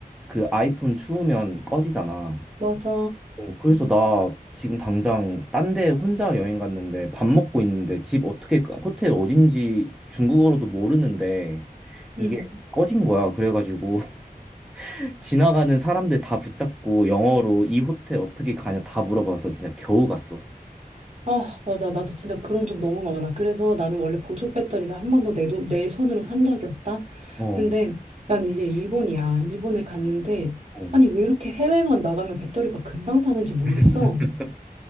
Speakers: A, in the centre; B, on the right.
A: 그 아이폰 추우면 꺼지잖아.
B: 맞아.
A: 어, 그래서 나 지금 당장 딴데 혼자 여행 갔는데 밥 먹고 있는데 집 어떻게, 호텔 어딘지 중국어로도 모르는데 이게
B: 응.
A: 꺼진 거야. 그래가지고 <laughs> 지나가는 사람들 다 붙잡고 영어로 이 호텔 어떻게 가냐 다 물어봐서 진짜 겨우 갔어.
B: 아, 맞아. 나도 진짜 그런 적 너무 많아. 그래서 나는 원래 보조 배터리를 한 번도 내, 돈- 내 손으로 산 적이 없다?
A: 어,
B: 근데 난 이제 일본이야. 일본에 갔는데,
A: 어.
B: 아니, 왜 이렇게 해외만 나가면 배터리가 금방 타는지 모르겠어.
A: <laughs>